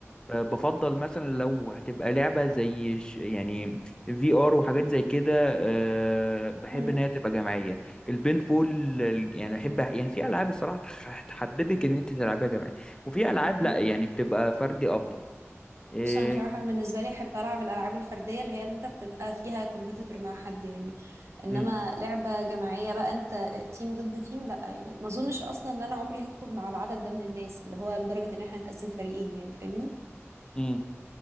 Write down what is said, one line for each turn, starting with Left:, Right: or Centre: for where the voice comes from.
Left: بفضل مثلا لو هتبقى لعبة زي ش- يعني في ار وحاجات زي كده آه، بحب
Right: امم
Left: ان هي تبقى جماعية البنت بول ال- يعني احب يعني في العاب الصراحة تح- تحببك ان انت تلعبها جماعي وفي العاب
Right: امم
Left: لا يعني بتبقى فردي افضل إيه،
Right: بص انا بصراحه بالنسبه لي احب العب الالعاب الفرديه اللي هي اللي انت بتبقى فيها كومبيتيتور مع حد يعني انما
Left: امم
Right: لعبه جماعيه بقى انت تيم ضد تيم لا يعني ما اظنش اصلا ان انا عمري هخرج مع العدد ده من الناس اللي هو لدرجه ان احنا نتقسم فريقين يعني فاهمني
Left: امم